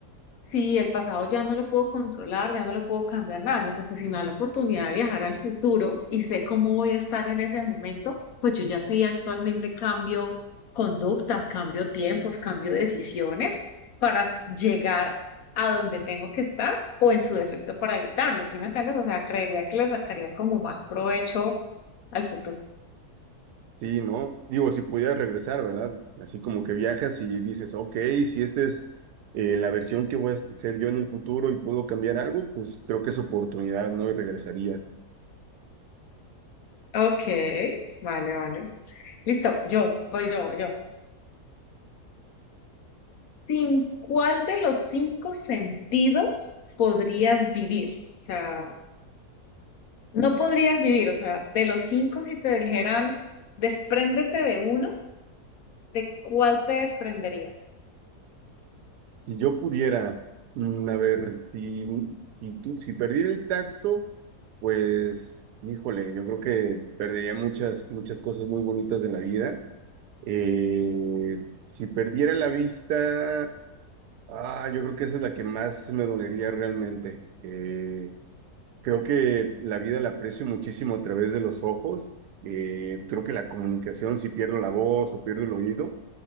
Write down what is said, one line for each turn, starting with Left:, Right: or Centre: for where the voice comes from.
Left: Sí, el pasado ya no lo puedo controlar, ya no lo puedo cambiar nada. Mientras que si me da la oportunidad de viajar al futuro y sé cómo voy a estar en ese momento, pues yo ya sé y actualmente cambio conductas, cambio tiempos, cambio decisiones para s- llegar a donde tengo que estar o en su defecto para evitarlo, ¿sí me entiendes? O sea, creería que le sacaría como más provecho al futuro.
Right: Sí, ¿no? Digo, si pudiera regresar, ¿verdad? Así como que viajas y dices, ok, si esta es eh, la versión que voy a ser yo en el futuro y puedo cambiar algo, pues creo que es oportunidad, ¿no? Y regresaría.
Left: Ok, vale, vale. Listo, yo, voy yo, voy yo. ¿Sin cuál de los cinco sentidos podrías vivir? O sea, no podrías vivir, o sea, de los cinco si te dijeran, despréndete de uno, ¿de cuál te desprenderías?
Right: Si yo pudiera, mm, a ver, si, si, tú- si perdiera el tacto, pues, híjole, yo creo que perdería muchas, muchas cosas muy bonitas de la vida Eh, si perdiera la vista, ah, yo creo que esa es la que más me dolería realmente. Eh, creo que la vida la aprecio muchísimo a través de los ojos. Eh, creo que la comunicación, si pierdo la voz o pierdo el oído,